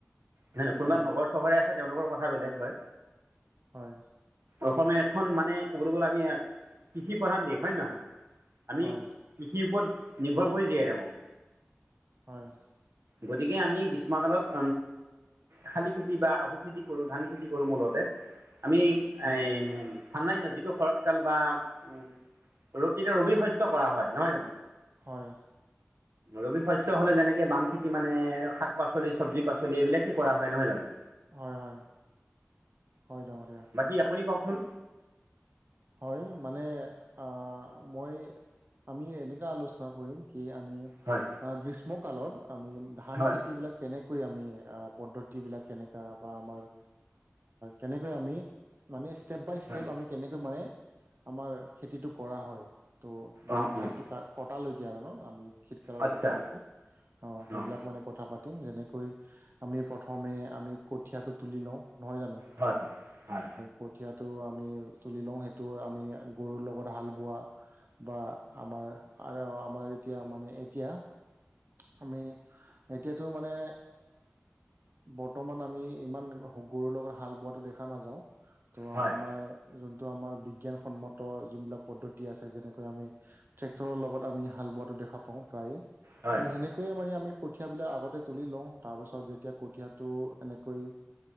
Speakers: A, on the right; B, on the right.
A: নে নহয়, কোনোবা
B: হয়
A: নগৰ চহৰতে আছে তেওঁলোকৰ কথা বেলেগ হয়।
B: হয়।
A: অসমীয়া এখন মানে ক'বলৈ গ'লে আমি কৃষি প্ৰধান দেশ হয় নে নহয়। আমি
B: হয়
A: কৃষিৰ ওপৰত নিৰ্ভৰ কৰি জীয়াই থাকোঁ।
B: হয়।
A: গতিকে আমি গ্ৰীষ্মকালত শালি খেতি বা আহু খেতি কৰোঁ ধান খেতি কৰোঁ মূলতে। আমি এ
B: হয়
A: ঠাণ্ডা দিনত যিটো শৰৎ কাল বা, উম তেতিয়া ৰবি শস্য কৰা হয় নহয় জানো।
B: হয়।
A: ৰবি শস্য হ'লে যেনেকৈ বাম খেতি মানে শাক পাচলি চব্জি পাচলি এইবিলাকেই কৰা হয় নহয় জানো।
B: হয় হয় হয় ডাঙৰীয়া।
A: বাকী আপুনি কওঁকচোন!
B: হয় মানে অ' মই আমি এনেকা আলোচনা কৰিম, কি আমি
A: হয়
B: অ' গ্ৰীষ্ম কালত আমি ধান
A: হয়
B: খেতি বিলাক কেনেকে কৈ আমি পদ্ধতিবিলাক কেনেকুৱা বা আমাৰ কেনেকৈ আমি মানে ষ্টেপ বাই
A: হয়
B: ষ্টেপ আমি কেনেকৈ মানে আমাৰ খেতিটো কৰা হয়। ত' মানে
A: অঁ
B: ধানটো
A: অঁ
B: ক কটালৈকে আৰু ন, আমি শীতকালৰ
A: আচ্ছা
B: কটালৈকে, অ' সেইবিলাক
A: অঁ
B: মানে কথা পাতিম যেনেকৈ আমি প্ৰথমে আমি কঠীয়াটো তুলি লওঁ, নহয় জানো।
A: হয় হয় হয়।
B: কঠিয়াটো আমি তুলি লওঁ, সেইটো আমি গৰুৰ লগত হাল বোৱা বা আমাৰ আৰু আমাৰ এতিয়া মানে এতিয়া আমি এতিয়াতো মানে বৰ্তমান আমি ইমান গৰুৰ লগত হাল বোৱাটো দেখা নাযাওঁ, ত'
A: হয়
B: আমি
A: হয়
B: আমাৰ যোনটো আমাৰ বিজ্ঞানসন্মত যোনবিলাক পদ্ধতি আছে, যেনেকৈ আমি ট্ৰেক্টৰৰ লগত আমি হাল বোৱাটো দেখা পাওঁ প্ৰায়ে,
A: হয়
B: ত' সেনেকৈয়ে মানে আমি কঠিয়া বিলাক আগতে তুলি লওঁ, তাৰপিছত যেতিয়া কঠীয়াটো এনেকৈ